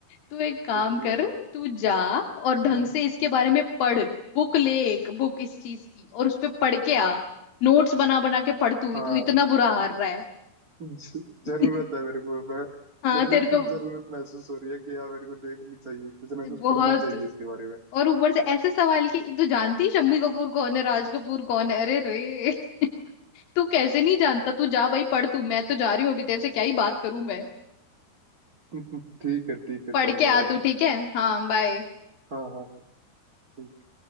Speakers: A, on the left; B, on the right.
A: तू एक काम
B: देखती
A: कर
B: है
A: तू जा और ढंग
B: हम्म
A: से इसके बारे में पढ़ बुक ले एक बुक इस चीज की और उस पे पढ़ के आ नोट्स बना बना के पढ़ तू
B: हाँ
A: तू इतना बुरा हार रहा है
B: ज-
A: <laughs>
B: जरूरत है मेरे को मैं
A: हाँ
B: मेरे
A: तेरे
B: को खुद
A: को
B: जरूरत महसूस हो रही है कि हाँ मेरे को देखनी चाहिए कुछ ना
A: बहुत
B: कुछ पढ़ना चाहिए इसके बारे में
A: और ऊपर से ऐसे सवाल कि तू जानती है शम्मी कपूर कौन है राज कपूर कौन है अरे रे <laughs> तू कैसे नहीं जानता तू जा भाई पढ़ तू मैं तो जा रही हूँ अभी तेरे से क्या ही बात करूं मैं
B: <laughs> ठीक है ठीक है
A: पढ़
B: चलो
A: के आ
B: भाई यार
A: तू ठीक है हाँ बाय
B: हाँ हाँ हाँ